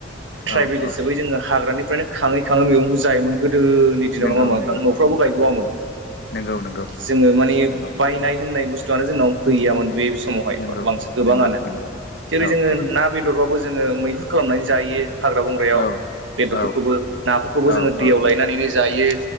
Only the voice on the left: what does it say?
औ औ
नंगौ
नंगौ
नंगौ नंगौ
नंगौ
नंगौ
नंगौ नंगौ
औ
औ
औ
औ
औ
औ